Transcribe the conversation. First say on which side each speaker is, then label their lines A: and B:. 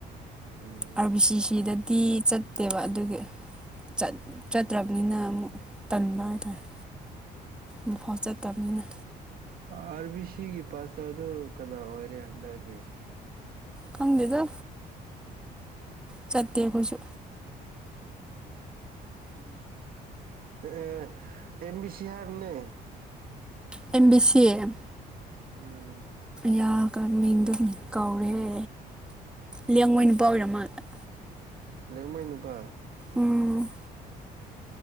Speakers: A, on the right; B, in the centre.
A: ꯎꯝ
B: ꯑꯥꯔ ꯕꯤ ꯁꯤ ꯁꯤ ꯗꯗꯤ ꯆꯠꯇꯦꯕ ꯑꯗꯨꯒꯤ ꯆꯠ ꯆꯠꯇ꯭ꯔꯕꯅꯤꯅ ꯑꯃꯨꯛ ꯇꯟꯕ ꯍꯥꯏꯇꯥꯔꯦ ꯑꯝꯐꯥꯎ ꯆꯠꯇꯝꯅꯤꯅ
A: ꯑꯥꯔ ꯕꯤ ꯁꯤꯒꯤ ꯄꯥꯁꯇ ꯗꯨ ꯀꯅꯥ ꯑꯣꯏꯔꯦ ꯍꯟꯗꯛꯗꯤ
B: ꯈꯪꯗꯦꯗ ꯆꯠꯇꯦ ꯑꯈꯣꯏꯁꯨ
A: ꯑꯦꯑꯦ M B C ꯍꯥꯏꯝꯅꯦ
B: M B C ꯑꯦ <unintelligible>
A: ꯎꯝ <unintelligible>
B: ꯌꯥ ꯀ ꯃꯤꯡꯗꯣ ꯃꯤꯡ ꯀꯧꯔꯦ ꯂꯦꯡꯉꯣꯏ ꯅꯨꯨꯄꯥ ꯑꯣꯏꯔ ꯃꯥꯜꯂꯦ <unintelligible>
A: ꯂꯦꯛ ꯃꯣꯏ ꯅꯨꯕ
B: ꯎꯝ